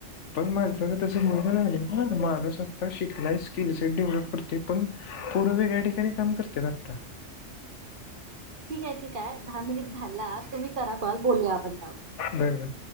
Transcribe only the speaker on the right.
ठीक आहे ठीक आहे दहा मिनिट झाला तुम्ही करा कॉल बोलूया आपण त्यावर